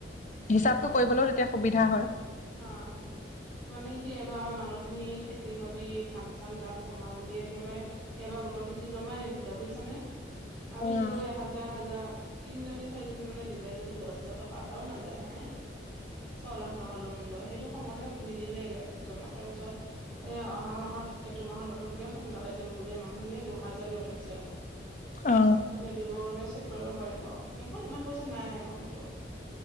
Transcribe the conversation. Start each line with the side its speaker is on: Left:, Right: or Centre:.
Left: হিচাপটো কৰিবলৈও তেতিয়া সুবিধা হয়
Centre: উম মানে কি এইবাৰ আমাৰ মানুহ খিনি খেতি বাতি ধান চান দাম কমা বুলি একেবাৰে এইবাৰ গোটৰ কিস্তি জমাই নিদিলে বুজিছা নে আমি
Left: উম
Centre: দিলো এ হাজাৰ হাজাৰ তিনজনী চাৰিজনী মানে দিলে যদি দহ হাজাৰ টকা এটাও নাযায় হা চ লাখ সেইটো খঙতে নিদিলেগে জমা তাৰ পিছত এয়া অহা মাহত এইটো মাহত নতুনকে সোনকালে দিম বুলি মানুহখিনি দুহাজাৰকে উঠাইছে এবাৰ
Left: অ
Centre: এতিয়া দিব গ'লে চেক কৰিব পাৰিব আৰু বেংকত ইমান পইচা নাই আমাৰ গোটৰ